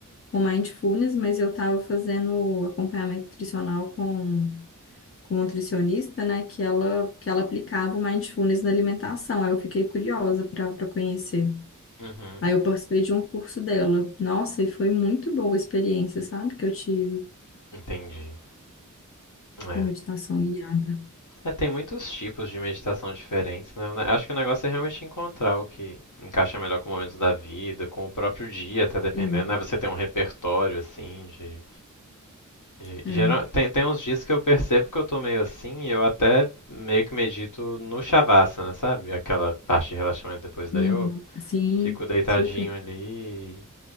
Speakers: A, on the left; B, on the left.
A: o mindfulness, mas eu estava fazendo acompanhamento nutricional com, com um nutricionista, né? Que ela, que ela aplicava o mindfulness na alimentação. Aí eu fiquei curiosa para para conhecer.
B: Uhum.
A: Aí eu participei de um curso dela. Nossa, e foi muito boa a experiência, sabe? Que eu tive
B: Entendi. É.
A: com a meditação guiada.
B: É, tem muitos tipos de meditação diferentes, né? Eu ne- Acho que o negócio é realmente encontrar o que encaixa melhor com momentos da vida, com o próprio dia, até dependendo,
A: Sim,
B: né? Você tem um repertório, assim, de... de-
A: é.
B: geral- Tem, tem uns dias que eu percebo que eu tô meio assim e eu até meio que medito no Shavasana, sabe? Aquela parte de relaxamento depois da
A: Uhum.
B: yoga.
A: Sim,
B: Fico deitadinho
A: super.
B: ali. e